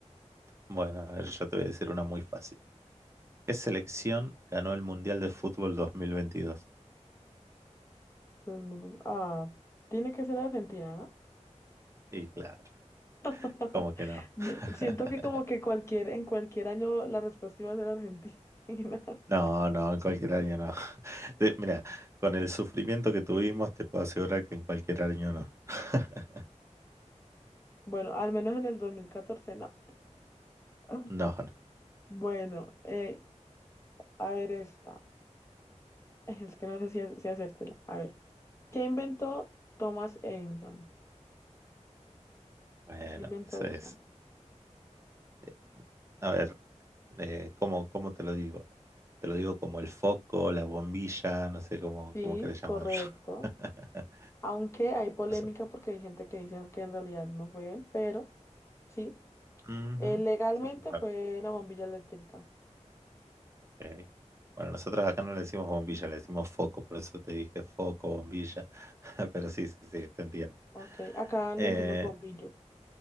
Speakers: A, on the right; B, on the left.
A: bueno, a ver, yo te voy a decir una muy fácil. ¿Qué selección ganó el Mundial de Fútbol 2022?
B: Todo el mundo- Ah, tiene que ser Argentina, ¿no?
A: Y claro,
B: <laughs>
A: ¿cómo que no?
B: De-
A: <laughs>
B: Siento que como que cualquier, en cualquier año la respuesta iba a ser Argentina. <laughs>
A: No, no, en cualquier año no. <laughs> Te- mira, con el sufrimiento que tuvimos, te puedo asegurar que en cualquier año no. <laughs>
B: Bueno, al menos en el 2014, no. Ah,
A: No, no.
B: Bueno, eh, a ver esta. Es que no sé si, si hacértela. A ver. ¿Qué inventó Thomas Edison?
A: Bueno,
B: ¿Qué inventó
A: eso
B: Edison?
A: es. eh, A ver, eh, ¿cómo, cómo te lo digo? Te lo digo como el foco, la bombilla, no sé cómo,
B: Sí,
A: cómo querés llamarlo.
B: correcto.
A: <laughs>
B: Aunque hay polémica
A: Noso-
B: porque hay gente que dice que en realidad no fue él, pero sí.
A: Ujú.
B: Eh, legalmente
A: Sí, sí, para-
B: fue la bombilla eléctrica.
A: ok. Bueno, nosotros acá no le decimos bombilla, le decimos foco, por eso te dije foco, bombilla, <laughs> pero sí, sí, sí, te entiendo.
B: Ok, acá
A: Eh,
B: le decimos bombillo.